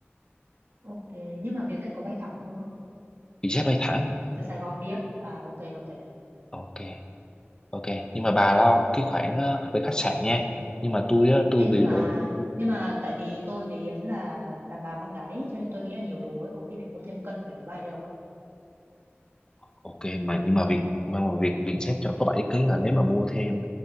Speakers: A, on the right; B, on the left.
A: Ok, nhưng mà Vietjet có bay thẳng không ạ?
B: Vietjet bay thẳng.
A: từ Sài Gòn đi á à ok ok
B: Ok, ok. Nhưng mà bà lo cái khoản ờ, về khách sạn nha. Nhưng mà tôi á, tôi
A: Ê, nhưng
B: vì
A: mà
B: đồ,
A: nhưng mà tại vì tôi với Yến là đàn bà con gái cho nên tôi nghĩ là nhiều đồ ấy có khi phải mua thêm cân về máy bay đấy không ạ
B: Ok mà nhưng mà việc mà mà việc việc xếp cho có bảy ký là nếu mà mua thêm